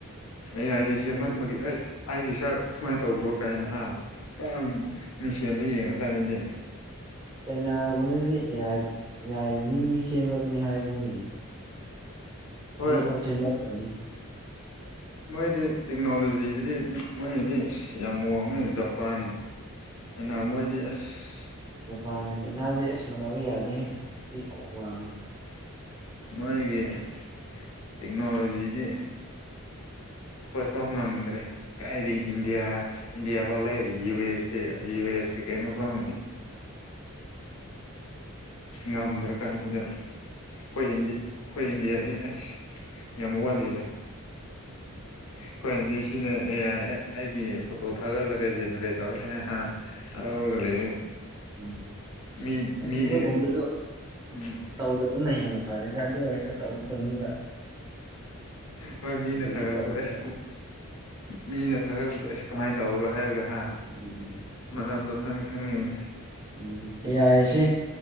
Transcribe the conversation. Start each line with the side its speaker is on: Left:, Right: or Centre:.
Left: ꯑꯦ ꯑꯥꯏꯗ ꯁꯦꯝꯃꯟꯕꯒꯤ
Right: ꯑꯗꯨ
Left: ꯑꯩ ꯑꯩꯒꯤ ꯁꯛ ꯁꯨꯃꯥꯏꯅ ꯇꯧꯕ꯭ꯔꯣ ꯀꯥꯏꯅ ꯍꯥ ꯄꯨꯔꯥ ꯃꯤꯡꯁꯦꯜꯗ ꯌꯦꯡꯉ ꯀꯥꯟꯗꯗꯤ
Right: ꯆꯩꯅꯥꯒꯨꯝꯕꯗꯗꯤ ꯌꯥꯏ ꯃꯤ ꯁꯦꯝꯂꯛꯒꯅꯤ ꯍꯥꯏꯕꯅꯤꯅꯦ
Left: ꯍꯣꯏ
Right: ꯃꯤ ꯐꯧ <inaudible> ꯈꯅꯤ
Left: ꯃꯣꯏꯗꯤ ꯇꯦꯛꯅꯣꯂꯣꯖꯤꯗꯨꯗꯤ ꯃꯤ ꯃꯣꯏꯗꯤ ꯑꯁ ꯌꯥꯝ ꯋꯥꯡꯃꯦ ꯖꯄꯥꯟ ꯑꯅ
Right: ꯎꯝ
Left: ꯃꯣꯏꯗꯤ ꯑꯁ
Right: ꯖꯄꯥꯟꯒ ꯆꯩꯅꯥꯗꯤ ꯑꯁ ꯃꯥꯟꯅꯕ ꯌꯥꯗꯦ ꯃꯣꯏꯗꯤ ꯀꯣꯛ ꯋꯥ
Left: ꯃꯣꯏꯒꯤ ꯇꯦꯛꯅꯣꯂꯣꯖꯤꯗꯤ ꯍꯣꯏꯐꯧ ꯉꯝꯗ꯭ꯔꯦ ꯀꯥꯏꯗꯩ ꯏꯟꯗꯤꯌꯥ ꯏꯟꯗꯤꯌꯥꯐꯥꯎ ꯂꯩ U S P U S P ꯀꯩꯅꯣ ꯐꯥꯎ ꯉꯝꯗ꯭ꯔꯀꯥꯟꯁꯤꯗ ꯑꯩꯈꯣꯏꯤꯟꯗꯤ ꯑꯩꯈꯣꯏ ꯏꯟꯗꯤꯌꯥꯗꯤ ꯑꯁ ꯌꯥꯝ ꯋꯥꯠꯂꯤꯗ ꯑꯩꯈꯣꯏꯗꯤ ꯁꯤꯅ ꯑꯦ ꯑꯥꯏ ꯑꯩꯒꯤ ꯐꯣꯇꯣ ꯊꯥꯒꯠꯂꯒ ꯖꯦꯅꯦꯔꯦꯠ ꯇꯧꯔꯦ ꯍꯔꯥꯎꯔꯒ ꯂꯩ
Right: ꯎꯝ
Left: ꯃꯤꯗꯤ
Right: ꯑꯁ
Left: ꯃꯤꯗꯤ
Right: ꯑꯗꯨꯒꯨꯝꯕꯗꯣ
Left: ꯎꯝ
Right: ꯇꯧꯗꯕꯅ ꯍꯦꯟꯅ ꯐꯔꯦꯗ ꯑꯗꯨ ꯑꯣꯏꯔꯁꯨ ꯇꯧꯗꯤ ꯇꯧꯅꯤꯡꯕ
Left: ꯍꯣꯏ ꯃꯤꯅ
Right: ꯑꯗꯨꯗꯤ
Left: ꯊꯥꯒꯠꯄꯗ
Right: ꯇꯧꯅꯤꯡꯕ
Left: ꯑꯁ ꯃꯤꯅ ꯊꯥꯒꯠꯄꯗ ꯑꯁ ꯀꯃꯥꯏꯅ ꯇꯧꯔꯣ ꯍꯥꯏꯔꯒ ꯍꯥ
Right: ꯎꯝ
Left: ꯃꯔꯝꯗꯣ ꯈꯪꯅꯤꯡ ꯈꯪꯅꯤꯡ
Right: ꯎꯝ ꯌꯥꯏꯁꯦ